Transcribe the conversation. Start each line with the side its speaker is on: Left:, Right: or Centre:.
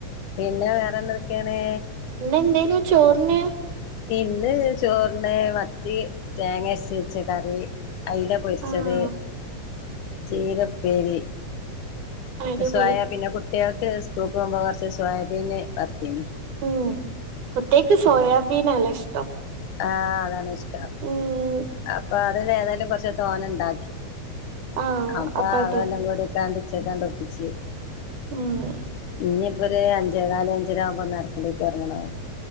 Left: പിന്നെ വേറെന്തൊക്കെയാണ്?
Right: ഇന്ന് എന്തേനു ചോറിന്?
Left: ഇന്ന് ചോറിന് മത്തി തേങ്ങയരച്ച് വെച്ച കറി. അയില പൊരിച്ചത്
Right: ആഹ്
Left: ചീര ഉപ്പേരി
Right: അടിപൊളി
Left: സോയാ പിന്നെ കുട്ട്യേക്ക് സ്കൂക്ക് പോകുമ്പോ കൊർച്ച് സോയാബീന് വർത്തീനി.
Right: ഉം കുട്ട്യേക്ക് സോയാബീനാല്ലെ ഇഷ്ടം?
Left: ആഹ് അതാണ് ഇഷ്ടം
Right: ഉം
Left: അപ്പ അതില് ഏതായാലും കൊർച്ച് തോനണ്ടാക്കി.
Right: ആഹ്
Left: അപ്പൊ
Right: അത്
Left: അതെല്ലാം കൂടി കാണ്ട് ഉച്ചക്കാണ്ട് ഒപ്പിച്ച്.
Right: ആഹ്
Left: ഇനിയിപ്പോ ഒര് അഞ്ചേകാല് അഞ്ചര ആവുമ്പോ ഒന്ന് അട്ക്കലേക്ക് എറങ്ങണം.